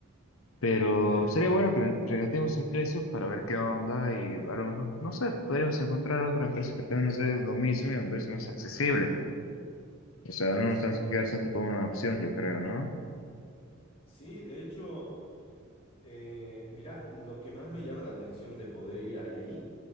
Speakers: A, on the left; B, on the left.
A: Pero
B: ¿no ve?
A: sería bueno que regateemos el precio para ver qué onda y a lo mejor, no sé, podríamos encontrar otra empresa que también nos dé lo mismo y a un precio más accesible. O sea,
B: Exactamente.
A: no nos tenemos que quedar solamente con una opción, yo creo, ¿no?
B: Sí, de hecho, eh, mira, lo que más me llama la atención de poder ir ahí